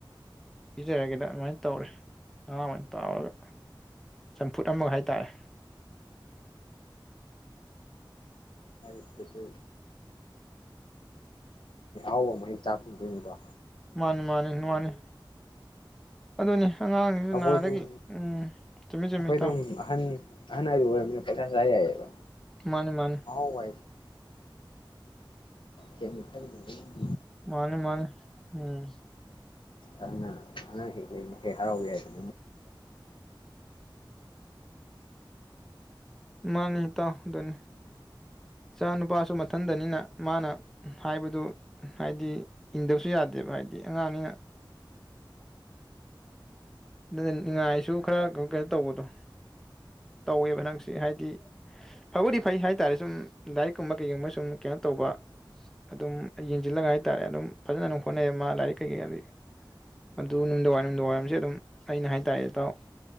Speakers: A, in the centre; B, on the left (about 75°).
A: ꯄꯤꯖꯔꯒꯦꯅ ꯑꯃꯥꯏ ꯇꯧꯔꯦ ꯉꯥ ꯑꫭꯏꯅ ꯇꯥꯎꯔꯒ꯫ ꯆꯝꯐꯨꯠ ꯑꯃꯒ ꯍꯥꯏꯇꯥꯔꯦ
B: ꯀꯩꯁꯨ ꯑꯍꯧꯕ ꯑꯃ ꯍꯦꯛ ꯆꯥ ꯐꯪꯗꫭꯏꯅꯤꯀꫭ꯫
A: ꯃꯥꯅꯦ ꯃꯥꯅꯦ ꯅꯨꯋꯥꯅꯦ ꯑꯗꯨꯅꯤ ꯑꯉꯥꯡꯁꯤꯡꯁꯤ
B: ꯑꯈꫭꯏꯗꯧ
A: ꯅꯍꯥꯟꯗꯒꯤ ꯎꯝ ꯆꯨꯝꯃꯤ ꯆꯨꯝꯃꯤ
B: ꯑꯈꫭꯏꯗꯨꯝ
A: ꯏꯇꯥꯎ
B: ꯑꯍꯟ ꯑꯍꯟ ꯍꯥꯏꯗꯨ ꯑꫭꯏꯔꯕꯅꯤꯅ ꯄꯪꯆꯥ ꯆꯥ ꯌꯥꯏꯌꯦꯕ
A: ꯃꯥꯅꯤ ꯃꯥꯅꯤ
B: ꯑꯍꯥꯎꯕ ꯍꯥꯏ <inaudible>
A: ꯃꯥꯅꯦ-ꯃꯥꯅꯦ ꯝꯝ
B: ꯑꯗꯨꯅ ꯑꯉꯥꯡ <inaudible> ꯍꯔꯥꯎ ꯌꯥꯏ <inaudible>
A: ꯃꯥꯅꯤ ꯏꯇꯥꯎ ꯑꯗꯨꯅꯤ ꯏꯆꯥ ꯅꯨꯄꯥꯁꯨ ꯁꯨ ꯃꯊꯟꯗꯅꯤꯅ ꯃꯥꯅ ꯝꯍ ꯍꯥꯏꯕꯗꯨ ꯍꯥꯏꯗꯤ ꯏꯟꯗꯕꯁꯨ ꯌꯥꯗꯦꯕ ꯍꯥꯏꯗꯤ ꯑꯉꯥꯡꯅꯤꯅ ꯅꯗ ꯅꯤꯡꯉꯥꯏꯁꯨ ꯈꯔ ꯀ ꯀꯩꯅꫭ ꯇꯧꯕꯗꫭ ꯇꯧꯋꯦꯕ ꯅꯪꯁꯦ ꯍꯥꯏꯗꯤ ꯐꯕꯨꯗꯤ ꯐꯩ ꯍꯥꯏꯇꯥꯔꯦ ꯁꯨꯝ ꯂꯥꯏꯔꯤꯛꯀꯨꯝꯕ ꯀꯩꯀꯨꯝꯕ ꯁꯨꯝ ꯀꯩꯅꫭ ꯇꯧꯕꯥ ꯑꯗꯨꯝ ꯌꯦꯡꯖꯤꯜꯂꯒ ꯍꯥꯏꯇꯥꯔꯦ ꯑꯗꯨꯝ ꯐꯖꯅ ꯗꯨꯝ ꯍꫭꯠꯅꯩ ꯃꯥ ꯂꯥꯏꯔꯤꯛ ꯀꯩꯀꯩ ꯑꯗꯤ ꯑꯗꯨ ꯅꯨꯡꯗꯋꯥꯏ-ꯅꯨꯡꯗꯋꯥꯏ ꯁꯤ ꯑꯗꯨꯝ ꯑꯩꯅ ꯍꯥꯏꯇꯥꯔꯦ ꯏꯇꯥꯎ